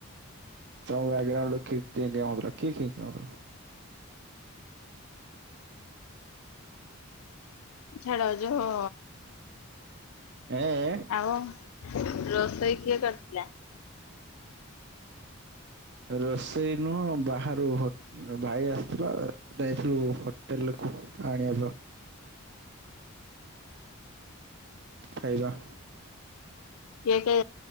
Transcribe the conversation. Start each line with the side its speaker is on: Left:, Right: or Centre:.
Right: ତମ ବ୍ୟାଗ୍ରାଉଣ୍ଡ ରେ କିଏ କେଁ କେଁ ହଉଥୁଲା କିଏ କେଉଁ କେଁ ହଉଥୁଲା?
Left: ଝାଡ଼ ଯୋଉ
Right: ଏଁ ଏଁ?
Left: ଆଉ ରୋଷେଇ କିଏ କରିଥିଲା?
Right: ରୋଷେଇ ନୁହଁ ବାହାରୁ ହ ଭାଇ ଆସିଥିଲା ଯାଇଥିଲୁ ହୋଟେଲ୍ କୁ ଆଣିଆବ।
Left: <inaudible>
Right: ଖାଇବା।
Left: କିଏ ସେ